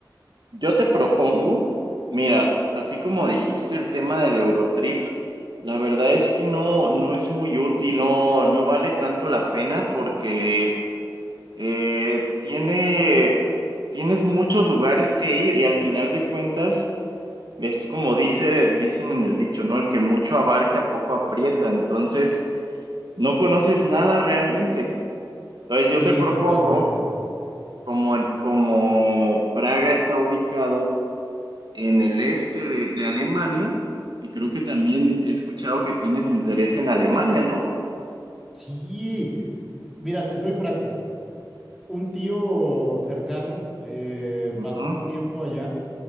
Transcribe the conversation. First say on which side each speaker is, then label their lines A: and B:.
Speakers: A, on the right; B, in the centre.
A: Yo te propongo, mira, así como dijiste el tema del Eurotrip, la verdad es que no, no es muy útil, no, no vale tanto la pena porque eh, tiene, tienes muchos lugares que ir y al final de cuentas es como dice, dicen en el dicho, ¿no? El que mucho abarca, poco aprieta, entonces no conoces nada realmente. Entonces yo
B: Sí,
A: te propongo,
B: totalmente.
A: como, como Praga está ubicado en el este de, de Alemania y creo que también he escuchado que tienes interés en Alemania, ¿no?
B: Sí, mira, te soy franco. Un tío cercano eh, pasó
A: Ujú,
B: un tiempo allá